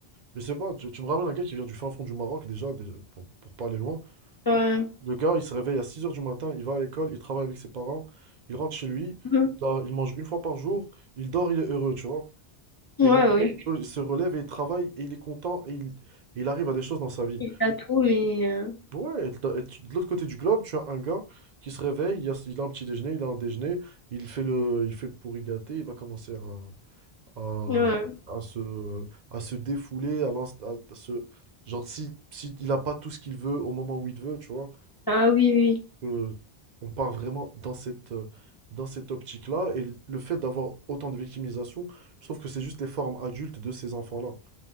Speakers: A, on the right; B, on the left.
A: je sais pas, tu, tu me ramènes un gars qui vient du fin fond du Maroc déjà, déjà, pour, pour pas aller loin.
B: ouais.
A: Le gars, il se réveille à 6 heures du matin, il va à l'école, il travaille avec ses parents, il rentre chez lui,
B: Mhm.
A: là, il mange une fois par jour, il dort, il est heureux, tu vois.
B: Ouais,
A: Et le lendemain,
B: oui.
A: il peut- il se relève et il travaille et il est content et il, et il arrive à des choses dans sa vie.
B: Il a tout, mais... euh,
A: Ouais, et de et tu- de l'autre côté du globe, tu as un gars qui se réveille, il a, il a un petit déjeuner, il a un déjeuner, il fait le, il fait le pourri gâté, il va commencer à, à,
B: ouais.
A: à se, à se défouler, à, l'ins- à- à se. Genre, si, si il n'a pas tout ce qu'il veut au moment où il veut, tu vois.
B: Ah oui, oui.
A: que on part vraiment dans cette, euh, dans cette optique-là. Et le fait d'avoir autant de victimisation, je trouve que c'est juste les formes adultes de ces enfants-là.